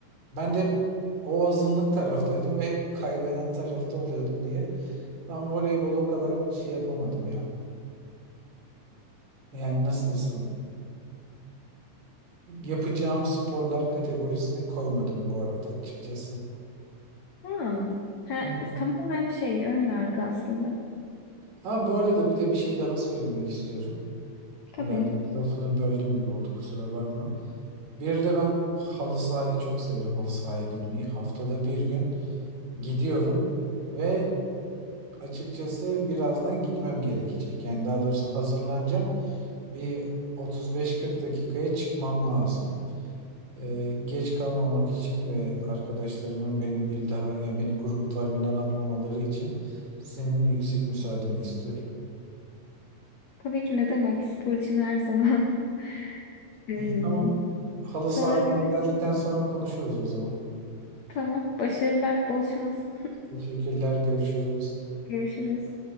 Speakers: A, on the right (about 65°); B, on the left (about 85°).
A: Ben de hep o azınlık taraftaydım ve hep kaybeden tarafta oluyordum diye. Ben voleybolu o kadar şey yapamadım ya. Yani nasıl desem yapacağım sporlar kategorisine koymadım bu arada açıkçası.
B: Ha. Ha,
A: Hı.
B: tamamen şey ön yargı aslında.
A: Ha bu arada bir de bir şey daha söylemek istiyorum.
B: Tabii.
A: Biraz lafını böldüm gibi oldu kusura bakma. Bir de ben halı sahayı çok severim. Halı sahaya gitmeyi. Haftada bir gün gidiyorum ve açıkçası birazdan gitmem gerekecek. Yani daha doğrusu hazırlanacağım. Bir 35-40 dakikaya çıkmam lazım. Ee, geç kalmamak için ve arkadaşlarımın beni bir daha yani beni gruplarından atmamaları için senin yüksek müsaadeni istiyorum.
B: Tabii ki ne demek spor için her zaman. <laughs> Ee,
A: İyi tamam. Halı
B: sonra
A: sahadan
B: görüşürüz.
A: geldikten sonra konuşuruz o zaman.
B: Tamam. Başarılar. Bol şans.
A: Teşekkürler, görüşürüz.
B: Görüşürüz.